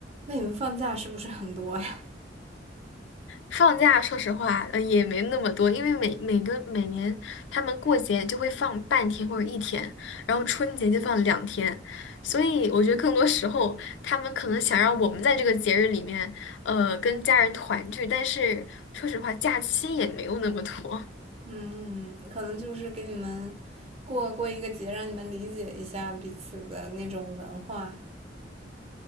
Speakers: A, on the right; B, on the left.
A: 那你们放假是不是很多呀？
B: 放假说实话，呃，也没那么多，因为每每个每年他们过节就会放半天或者一天，然后春节就放两天，所以我觉得更多时候他们可能想让我们在这个节日里面，呃，跟家人团聚，但是说实话，假期也没有那么多。
A: <laughs> 嗯，可能就是给你们过过一个节，让你们理解一下彼此的那种文化。